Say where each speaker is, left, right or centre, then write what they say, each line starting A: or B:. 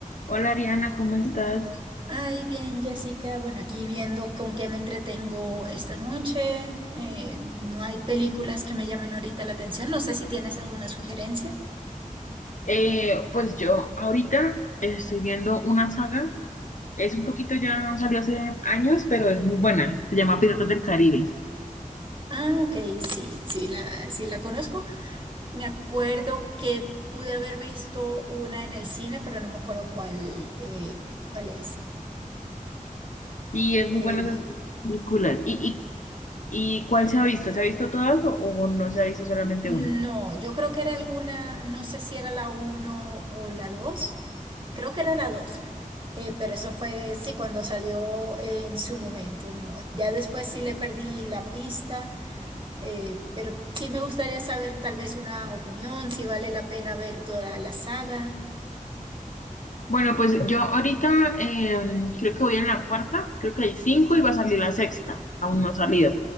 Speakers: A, on the left; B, on the right.
A: Hola Ariana, ¿cómo estás?
B: Ay, bien, Jessica. Bueno, aquí viendo con qué me entretengo esta noche. Eh, no hay películas que me llamen ahorita la atención. No sé si tienes alguna sugerencia.
A: Eh, pues yo ahorita estoy viendo una saga, es un poquito ya salió hace años, pero es muy buena, se llama Piratas del Caribe
B: Ah, ok, sí, sí la, sí la conozco. Me acuerdo que pude haber visto una en el cine, pero no me acuerdo cuál, eh, cuál es.
A: y es
B: Eh,
A: muy buena esa película. ¿Y, y, y cuál se ha visto? ¿Se ha visto todas o, o no se ha visto solamente
B: No,
A: una?
B: yo creo que era alguna, no sé si era la uno o la 2. creo que era la dos, Eh, pero eso fue, sí, cuando salió eh, en su momento, ¿no? Ya después sí le perdí la pista, eh, pero sí me gustaría saber tal vez una opinión, si vale la pena ver toda la saga.
A: Bueno, pues yo ahorita em, creo que voy en la cuarta, creo que hay cinco y va a salir la sexta, aún no ha salido.